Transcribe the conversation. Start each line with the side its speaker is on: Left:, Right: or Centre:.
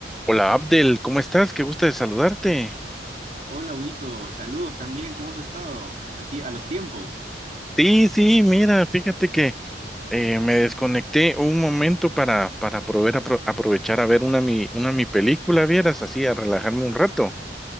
Centre: Hola Abdel, ¿cómo estás? Qué gusto de saludarte.
Right: Hola, Huguito. Saludos también. ¿Cómo has estado? Al ti- a los tiempos.
Centre: Sí, sí, mira, fíjate que eh, me desconecté un momento para, para poder apro- aprovechar a ver una mi, una mi película, vieras, así, a relajarme un rato.